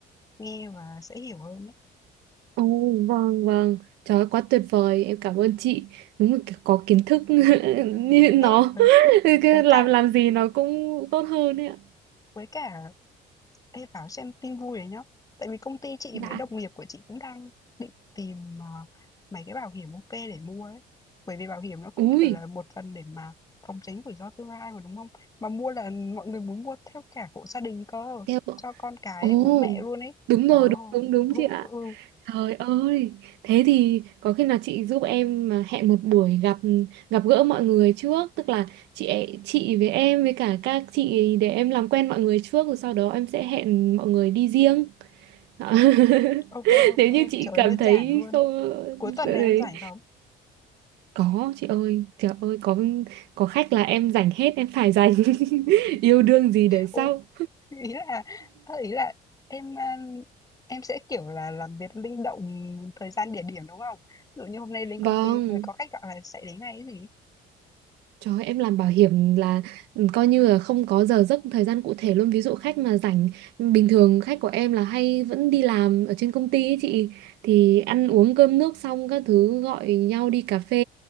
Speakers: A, on the left; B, on the right.
A: nghe và sẽ hiểu hơn đấy.
B: Ồ, vâng, vâng. Trời ơi, quá tuyệt vời. Em cảm ơn chị. Đúng là kiểu có kiến thức <laughs> như nó
A: Ê,
B: <laughs> cứ
A: Với
B: làm
A: cả
B: làm gì nó cũng tốt hơn ấy ạ.
A: với cả ê, bảo xem tin vui đấy nhá. Tại vì công ty chị
B: Dạ.
A: mấy đồng nghiệp của chị cũng đang định tìm ờ, mấy cái bảo hiểm ok để mua ấy. Bởi vì bảo hiểm nó cũng
B: Ui,
A: kiểu là một phần để mà phòng tránh rủi ro tương lai mà đúng không? Mà mua là mọi người muốn mua theo cả hộ gia đình cơ,
B: theo
A: cho con cái
B: Ồ,
A: bố mẹ luôn ấy.
B: đúng
A: Ồ,
B: rồi, đúng đúng đúng
A: ừ,
B: chị ạ.
A: ừ, ừ.
B: Trời ơi, thế thì có khi nào chị giúp em mà hẹn một buổi gặp gặp gỡ mọi người trước, tức là chị chị với em với cả các chị để em làm quen mọi người trước rồi sau đó em sẽ hẹn mọi người đi riêng. <laughs>
A: ok
B: <laughs>
A: ok,
B: nếu như chị
A: trời
B: cảm
A: đơn
B: thấy
A: giản luôn.
B: không
A: Cuối tuần
B: đấy.
A: này em rảnh không?
B: có chị ơi trời ơi có có khách là em dành hết em phải dành <laughs> yêu đương gì để sau
A: Ừ, <laughs> ý là ơ, ý là em, a, em sẽ, kiểu là, làm việc linh động thời gian, địa điểm, đúng không? Ví dụ như hôm nay đến
B: vâng
A: công ty rồi có khách gọi là sẽ đến ngay ấy gì.
B: trời ơi, em làm bảo hiểm là ừ, coi như là không có giờ giấc thời gian cụ thể luôn ví dụ khách mà rảnh bình thường khách của em là hay vẫn đi làm ở trên công ty ấy chị thì ăn uống cơm nước xong các thứ gọi nhau đi cà phê